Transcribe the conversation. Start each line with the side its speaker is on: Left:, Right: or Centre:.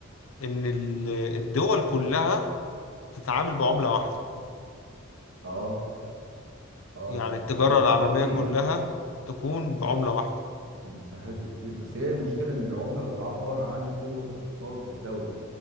Left: ان ال- الدول كلها تتعامل بعمله واحده
Right: اه آه
Left: يعني
Right: أنت سهلت
Left: التجاره العالميه
Right: كتير
Left: كلها تكون بعمله واحده
Right: أنت سهلت كتير بس هي المشكلة إن العملة بتعبر عن قوة اقتصاد الدولة